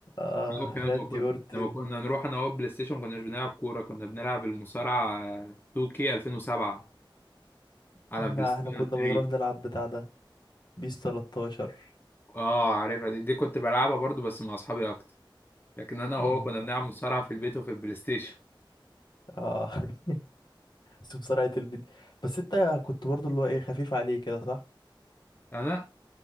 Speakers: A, on the left; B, on the left.
A: اه
B: لا، وكان-
A: راندي
B: لما كنا
A: اورتن
B: لما كنا نروح انا وهو بلاي ستيشن ما كناش بنلعب كوره كنا بنلعب المصارعه 2K 2007 على
A: لا
B: بلاي ستيشن
A: احنا كنا
B: 3
A: بنروح نلعب بتاع ده بيس 13
B: اه عارفها دي, دي كنت بلعبها برضو بس مع اصحابي اكتر لكن انا وهو
A: مم.
B: كنا بنلعب مصارعة في البيت وفي البلاي ستيشن
A: اه <laughs> بس بسرعة الفيديو بس انت كنت برضو اللي هو ايه خفيف عليه كده صح؟
B: انا